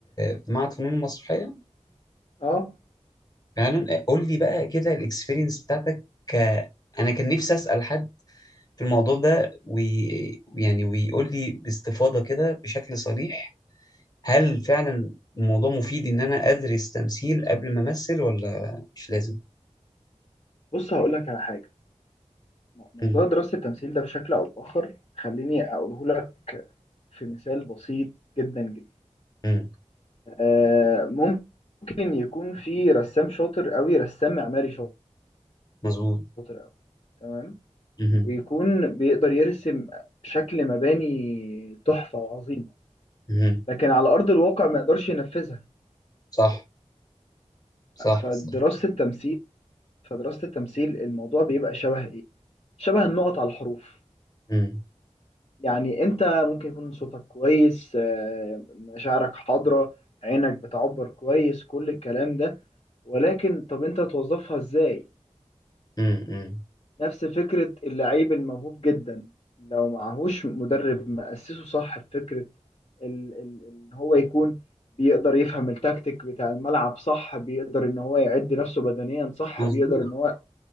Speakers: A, on the left; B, on the left.
A: في معهد فنون المسرحية
B: اه
A: فعلا قول لي بقى كده الاكسبيرينس بتاعتك ك... انا كان نفسي اسأل حد في الموضوع ده وي... يعني ويقول لي باستفاضة كده بشكل صريح هل فعلا الموضوع مفيد ان انا ادرس تمثيل قبل ما امثل ولا مش لازم
B: بص هقول لك على حاجه موضوع
A: امم
B: دراسة التمثيل ده بشكل أو بآخر خليني أقوله لك في مثال بسيط جدا جدا
A: امم
B: آه، ممكن يكون في رسام شاطر قوي رسام معماري شاطر
A: مظبوط
B: أوي، تمام
A: امم
B: ويكون بيقدر يرسم شكل مباني تحفة وعظيمة
A: امم
B: لكن على أرض الواقع ما يقدرش ينفذها
A: صح صح
B: فدراسة
A: صح
B: التمثيل فدراسة التمثيل الموضوع بيبقى شبه إيه؟ شبه النقط على الحروف
A: امم
B: يعني انت ممكن يكون صوتك كويس آه، مشاعرك حاضرة عينك بتعبر كويس كل الكلام ده ولكن طب انت توظفها ازاي
A: امم إمم.
B: نفس فكرة اللعيب الموهوب جدا لو معهوش مدرب مأسسه صح في فكرة ال- ال- ان هو يكون بيقدر يفهم التكتيك بتاع الملعب صح بيقدر ان هو يعد نفسه بدنيا صح
A: مظبوط
B: بيقدر ان هو